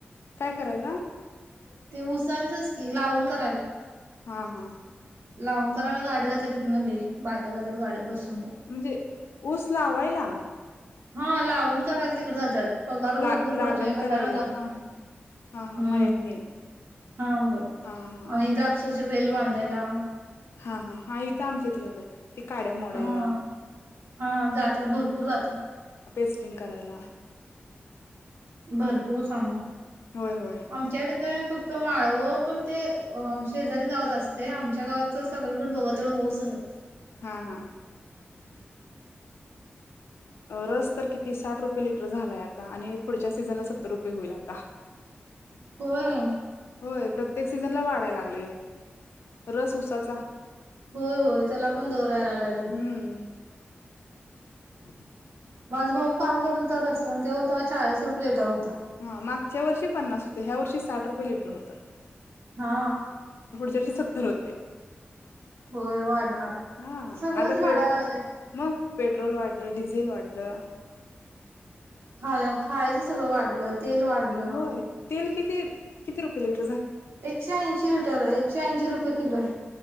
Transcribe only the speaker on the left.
काय करायला
हा हा
म्हणजे ऊस लावायला
ला लागण
करायला
हा हा हा
मळ्यातनी
हा हा
हा-हा-हा इथं आमच्या इथे जातात.. ते काड्या मोडायला
स्टिंग करायला.
होय होय
हा-हा. रस तर किती साठ रुपये लिटर झालाय आता आणि पुढच्या सीझनला सत्तर रुपये होईल आता.
होय प्रत्येक सीझन ला वाढाय लागले रस उसाचा.
हम्म <unintelligible>
हा मागच्या वर्षी पन्नास होत ह्या वर्षी साठ रुपये लिटर होत. <unintelligible>
तेचे सत्तर होते.
हा
आता पे
मग पेट्रोल वाढलं डिझेल वाढलं
होय तेल किती रुपये लिट